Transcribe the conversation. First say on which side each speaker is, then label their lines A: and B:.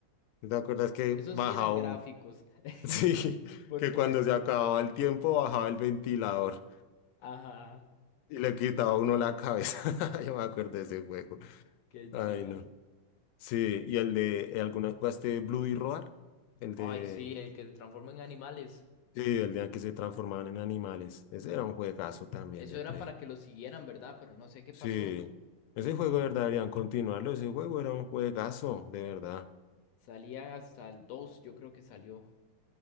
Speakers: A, on the left (about 85°); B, on the left (about 70°).
A: ¿No ¿Te acuerdas que
B: esos
A: bajaba
B: sí eran gráficos.
A: un... <laughs>
B: <laughs>
A: Sí,
B: Porque
A: que cuando
B: le...
A: se acababa el tiempo bajaba el ventilador
B: Ajá,
A: y le quitaba a uno la cabeza. <laughs> Yo me acuerdo de ese juego.
B: qué
A: Ay,
B: chiva.
A: no. Sí, y el de... eh, ¿Alguna jugaste Blue y Roar? El de...
B: Ay, sí, el que se transforma en animales.
A: Sí, el de que se transformaban en animales. Ese era un juegazo también
B: Eso
A: de
B: era
A: Play
B: para
A: 1.
B: que lo siguieran, ¿verdad? Pero no sé qué
A: Sí.
B: pasó.
A: Ese juego de verdad deberían continuarlo. Ese juego era un juegazo, de verdad.
B: Salía hasta el 2 yo creo que salió.